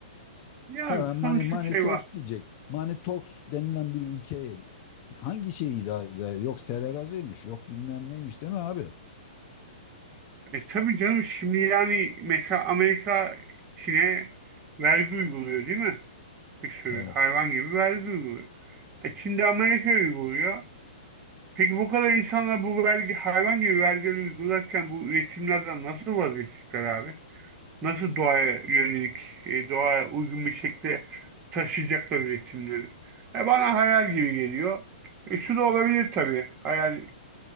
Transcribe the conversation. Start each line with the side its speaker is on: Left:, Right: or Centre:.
Right: Yani
Left: Para, money,
Right: sonuçta
Left: money
Right: şey
Left: talks
Right: var.
Left: diyecek. Money talks denilen bir ülkeye hangi şeyi idare eder? Yok sera gazıymış, yok bilmem neymiş değil mi abi?
Right: E tabii canım şimdi yani mesela Amerika Çin'e vergi uyguluyor değil mi? Bir sürü
Left: Evet.
Right: hayvan gibi vergi uyguluyor. E Çin de Amerika uyguluyor. Peki bu kadar insanlar bu vergi hayvan gibi vergileri uygularken bu üretimlerden nasıl vazgeçecekler abi? Nasıl doğaya yönelik, e, doğaya uygun bir şekilde taşıyacaklar üretimleri? E, bana hayal gibi geliyor. E, şu da olabilir tabii. Hayal